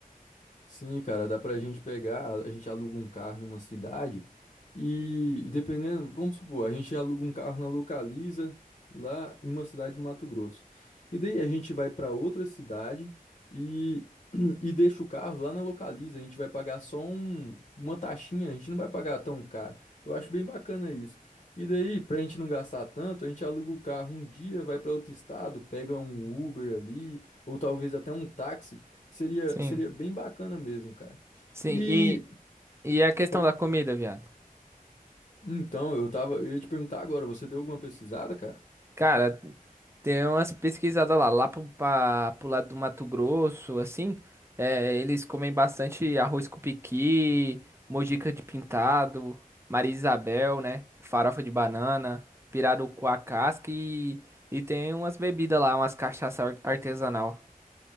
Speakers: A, on the left; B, on the right.
A: Sim, cara, dá pra gente pegar, a gente aluga um carro em uma cidade e, e dependendo, vamos supor, a gente aluga um carro na Localiza, lá em uma cidade do Mato Grosso. E daí a gente vai pra outra cidade e, <clears throat> e deixa o carro lá na Localiza. A gente vai pagar só um- uma taxinha, a gente não vai pagar tão caro. Eu acho bem bacana isso. E daí, pra gente não gastar tanto, a gente aluga o carro um dia, vai pra outro estado, pega um Uber ali, ou talvez até um táxi. Seria,
B: Sim.
A: seria bem bacana mesmo, cara.
B: Sim,
A: E
B: e, e a questão
A: pode falar.
B: da comida, viado?
A: Então, eu tava, eu ia te perguntar agora, você deu alguma pesquisada, cara?
B: Cara, Tem umas pesquisadas lá, lá pro, pra, pro lado do Mato Grosso, assim, é, eles comem bastante arroz com piqui, mojica de pintado, Maria Isabel, né? Farofa de banana, pirarucu à casca e, e tem umas bebidas lá, umas cachaça ar- artesanal.